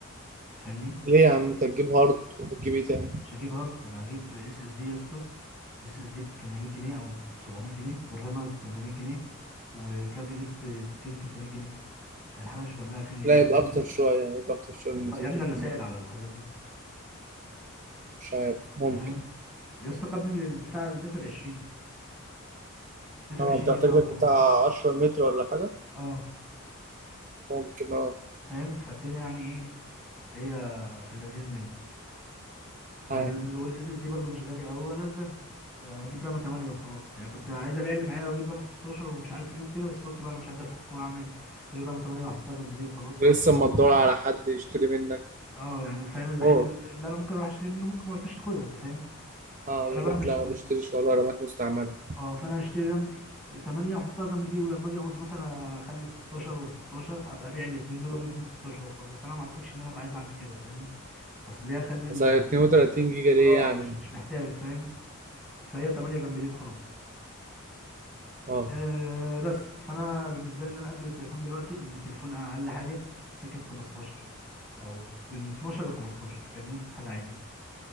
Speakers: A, in the centre; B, on the right (about 35°).
A: فاهمني
B: ليه يا عم أنت تجيب هارد وهتجيب إيه تاني؟
A: مش هجيب هارد انا هجيب اس اس دي يا اسطى اس اس دي ب 800 جنيه او 700 جنيه والرامه ب 800 جنيه وكابل نت ب 200 300 جنيه يعني الحاجه مش مكمله 2000 جنيه
B: لا
A: فاهمني
B: يبقى أكتر شوية يبقى أكتر شوية من 200
A: لا يا ابني
B: 300
A: انا سائل على الحاجات دي
B: مش عارف ممكن
A: انت فاهم يا اسطى قبل البتاع المتر ب 20 متر
B: أه
A: ب 20
B: أنت محتاج
A: جنيه او
B: لك
A: ب 18
B: بتاع
A: جنيه
B: 10 متر ولا حاجة
A: اه
B: ممكن أه
A: فاهم فالدنيا يعني ايه اللي هي في اللذيذ منه وال
B: عارف
A: والاس اس دي برضه مش غالي قوي ولا الرام آه، اجيب رامه 8 وخلاص يعني كنت عايز ابيع اللي معايا واجيب رامه 16 ومش عارف ايه وكده بس قلت بقى انا مش عايز افك واعمل هجيب رامه 8 واحطها جنب دي وخلاص
B: ولسه
A: وقت
B: أما تدور على حد يشتري منك
A: اه يعني فاهم المحل
B: أوه
A: اللي انا ممكن اروح اشتري منه ممكن ما رضاش ياخدها انت فاهم
B: أه
A: فانا
B: يقول
A: بقى
B: لك
A: مش
B: لا ما بشتريش والله رامات مستعملة
A: اه فانا هشتري رمتي 8 واحطها جنب دي ولما اجي اعوز مثلا اخلي 16 و16 ابقى ابيع الاثنين دول واجيب اثنين 16 وخلاص بس انا ما اعتقدش ان انا ابقى عايز اعمل كده فاهمني اصل ليه اخلي ال-
B: بس هي 32 جيجا ليه
A: اه
B: يعني؟
A: مش مش محتاج فاهم فهي 8 جنب دي وخلاص
B: أه
A: آه بس فانا بالنسبه لي ان انا اجل التليفون دلوقتي لان التليفون اقل حاجه سكه 15 او من 12 ل 15 فاهمني حاجه عادي